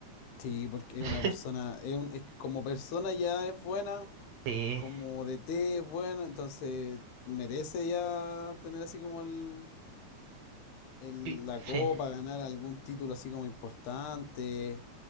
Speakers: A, on the left; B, on the right.
A: Sí, porque
B: <laughs>
A: es una persona, es un- es- como persona ya es buena,
B: sí,
A: como DT es buena, entonces merece ya tener así como el, el-
B: y-
A: la copa,
B: sí.
A: ganar algún título así como importante.